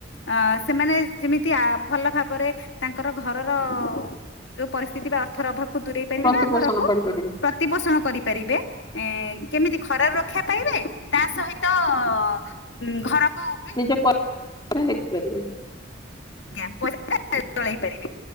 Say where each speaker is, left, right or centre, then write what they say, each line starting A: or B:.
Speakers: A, on the left; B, on the left.
A: ଆ ସେମାନେ ଯେମିତି ଆ ଭଲ ଭାବରେ ତାଙ୍କର ଘରର ଯୋଉ ପରିସ୍ତିତି ବା ଅର୍ଥର ଅଭାବକୁ ଦୂରେଇ ପାରିବେ
B: ପ୍ରତିପୋଷଣ
A: ବା ଘରକୁ
B: କରିପାରିବେ
A: ପ୍ରତିପୋଷଣ କରିପାରିବେ ଏଁ କେମିତି ଖରାରୁ ରକ୍ଷା ପାଇବେ ତା ସହିତ ଉଁ ଘରକୁ ବି
B: ଏ ଯୋଉ ପ <unintelligible> ଦେଖି ପାରିବେ
A: ଆଜ୍ଞା ପଇସା <unintelligible> ଲେ <unintelligible> ଚଳେଇ ପାରିବେ